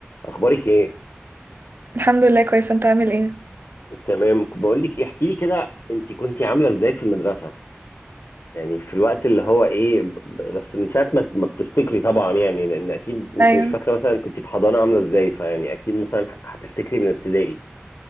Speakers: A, on the left; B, on the right.
A: اخبارك ايه
B: الحمد لله كويس انت عامل ايه
A: تمام بقول لك ايه احكي لي كده انت كنت عامله ازاي في المدرسه يعني في الوقت اللي هو ايه ب- بس من ساعه ما ما بتفتكري طبعا يعني لان اكيد انت
B: ايوه
A: مش فاكره مثلا كنت في حضانه عامله ازاي فيعني اكيد مثلا ه- هتفتكري من ابتدائي